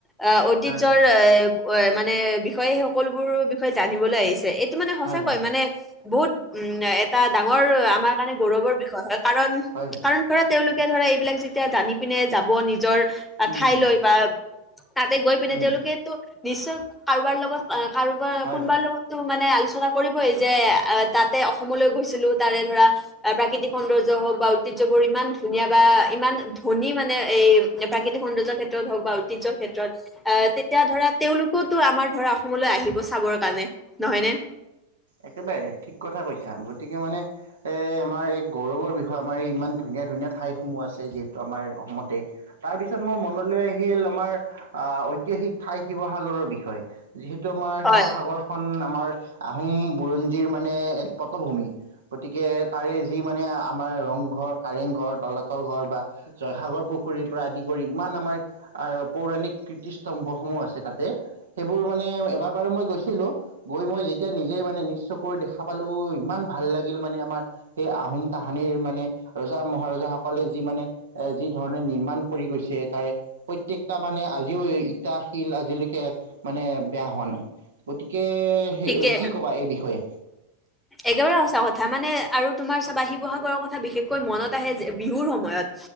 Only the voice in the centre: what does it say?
অ ঐতিহ্যৰ
এ মানে বিষয় সকলোবোৰ বিষয়ে জানিবলৈ আহিছে। টো মানে সঁচাকৈ
মানে বহুত উম এটা ডাঙৰ আমাৰ কাৰণে গৌৰৱৰ বিষয় হয়, কাৰণ
কাৰণ ধৰা তেওঁলোকে ধৰা এইবিলাক যেতিয়া জানি পিনে যাব নিজৰ
ঠাইলৈ
বা তাতে গৈ পিনে
তেওঁলোকেতো নিশ্চয় কাৰোবাৰ লগত কাৰোবাৰ
কোনোবাৰ
লগত টো মানে আলোচনা কৰিবই যে অঁ
তাতে অসমলৈ গৈছিলো, তাৰে ধৰা প্ৰাকৃতিক সৌন্দৰ্য হওক বা ঐতিহ্য বোৰ ইমান ধুনীয়া বা ইমান ধনী মানে এই প্ৰাকৃতি সৌন্দৰ্য ক্ষেত্ৰত হওক বা ঐতিহৰ ক্ষেত্ৰত আ তেতিয়া ধৰা তেওঁলোকোতো আমাৰ ধৰা অসমলৈ আহিব চাবৰ কাৰণে নহয় নে।
হয়
ঠিকে
একেবাৰে সঁচা কথা মানে আৰু তোমাৰ চাবা শিৱসাগৰৰ কথা বিশেষকৈ মনত আহে বিহুৰ সময় সময়ত